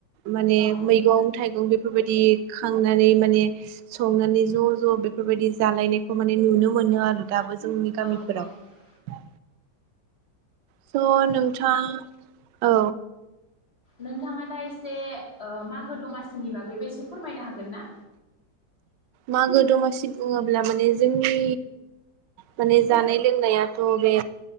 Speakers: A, on the right; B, on the left.
A: माने
B: औ
A: मैख थाइगं बेफोरबायदि खांनानै माने संनानै ज' ज' बेफोरबायदि जालायनायखौ माने नुनो मोनो आरो दाबो जोंनि
B: औ
A: गामिफोराव
B: औ औ
A: स' नोंथां औ
B: नोंथाङा दा एसे ओ मागो दमासिनि बागैबो एसे फोरमायनो हागोन ना
A: मागो दमासि बुङोब्ला माने जोंनि माने जानाय लोंनायाथ बे